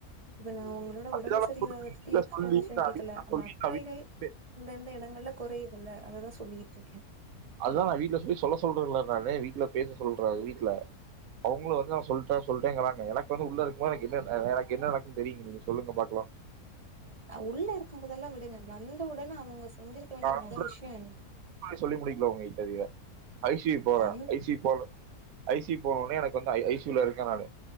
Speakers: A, on the right (about 30°); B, on the right (about 70°).
A: இப்ப நான் உங்களோட
B: அதுதான்
A: உடம்பு
B: நான்
A: சரியிலதுக்கு
B: சொல்றேன். வீட்ல
A: எக்ஸ்பிளனேஷன்
B: சொல்லி நான்
A: கேடக்கல
B: வீட்ல
A: அந்த
B: சொல்லி
A: அக்கறைகள்
B: நான் வீட்ல பே-
A: அந்தந்என <inaudible> குறையதல்ல அததான் சொல்லிட்டு இருக்கேன்
B: அதுதான் நான் வீட்டுல போயி சொல்ல சொல்ரோன் நானே வீட்டுல பேச சொல்றாது வீட விட்ல அவங்கழும் வந்து நான் சொல்லிட்ட சொல்லிட்டேங்கிறாங்க எனக்கு வந்து உள்ள இருக்கும் எனக்கு என்ன எனக்கு என்ன நடக்குன்னு தெரியுங்க நீங்க சொல்லுங்க பாக்கலாம்
A: உள்ள இருக்கும் போதெல்லாம் விடுங்க வந்த உடனே அவங்க செஞ்சிருக்க வேண்டிய
B: நா
A: மொத
B: கூட
A: விஷயம் என்ன
B: சொல்லி முடிக்கல உங்க கிட்ட இத ஐசி போறேன்
A: வந்து
B: ஐசி போலும் ஐசி போனும்னே எனக்கு னக்குவந்து ஐசூல இருக்கேன் நானனு